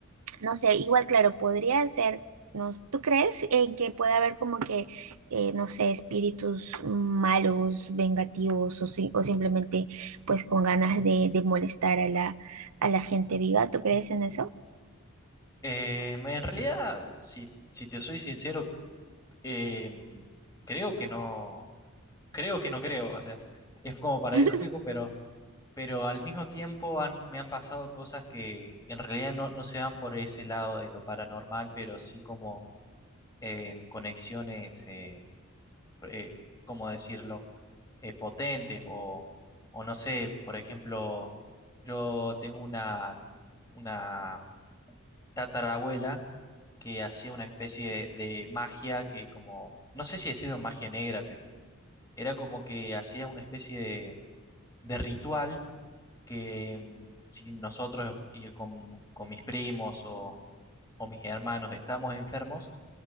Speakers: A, on the right (about 85°); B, on the left (about 15°).
A: no sé, igual, claro, podría ser, no, s- ¿tú crees en que puede haber como que, eh, no sé, espíritus malos, vengativos o, si- o simplemente pues con ganas de, de molestar a la, a la gente viva? ¿Tú crees en eso?
B: Eh, en realidad, si, si te soy sincero, eh, creo que no, creo que no creo, o sea, es como paradójico,
A: <laughs>
B: pero... pero al mismo tiempo han- me han pasado cosas que en realidad no, no se van por ese lado de lo paranormal, pero sí como eh, conexiones, eh, eh, ¿cómo decirlo?, eh, potentes o, o no sé, por ejemplo, yo tengo una, una tatarabuela que hacía una especie de, de magia que como, no sé si decirlo magia negra, pero era como que hacía una especie de de ritual que mm, si nosotros y con, con mis primos o, o mis hermanos estamos enfermos,